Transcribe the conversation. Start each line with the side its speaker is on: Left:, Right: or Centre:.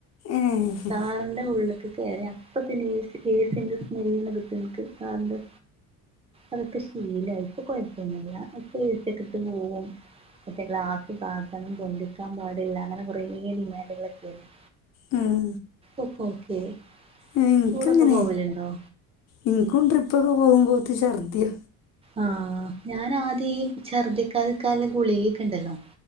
Left: ഏഹ്
Right: കാറിന്റെ ഉള്ളിൽ കയറിയ അപ്പന്നെ ഏസിന്റെ സ്മെല്ല്കിട്ടും ഇനിക്ക് കാറിന്റെ അതൊക്കെ ശീലായി ഇപ്പൊ കൊഴപ്പൊന്നില്ല എ സി ക്കെ ഇട്ട് പോകും മറ്റേ ഗ്ലാസ്‌ താത്തണം പൊന്തിക്കാൻ പാടില്ല അങ്ങനെ കുറേ ഡിമാൻഡുകളൊക്കെണ്ട്
Left: ഉം
Right: ഇപ്പോ ഓക്കെയായി
Left: ഇനക്ക്ങ്ങനെ
Right: ടൂറൊക്കെ പോവലുണ്ടോ
Left: ഇനിക്കും ട്രിപ്പൊക്കെ പോകുമ്പോത്തിന് ഛർദ്ദിയ
Right: ആഹ് ഞാനാദ്യം ഈ ഛർദിക്കാതക്കള്ള ഗുളികൊക്കെ ഇണ്ടല്ലോ